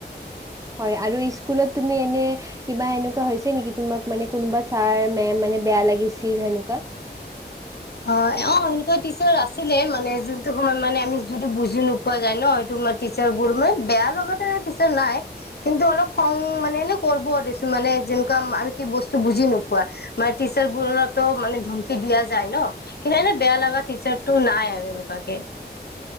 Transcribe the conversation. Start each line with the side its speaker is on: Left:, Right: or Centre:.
Right: হয়, আৰু ইস্কুলত তুমি এনে কিবা এনেকুৱা হৈছে নেকি? তোমাক মানে কোনোবা ছাৰ, মেম মানে বেয়া লাগিছিল সেনেকুৱা?
Left: অ', অ', সেনেকুৱা টিচাৰ আছিলে মানে যোনটো সময়ত মানে আমি যোনটো বুজি নো পোৱা যায় ন' সেইটো সময়ত টিচাৰবোৰ মানে বেয়া লগতে টিচাৰ নাই। কিন্তু অলপ খং মানে এনেও কৰব দেচোন মানে যেনেকুৱা আমি কি বস্তু বুজি নোপোৱা। মানে টিচাৰবোৰতো মানে ধমকি দিয়া যায় ন? কিন্তু এনে বেয়া লগা টিচাৰটো নাই আৰু এনেকুৱাকে।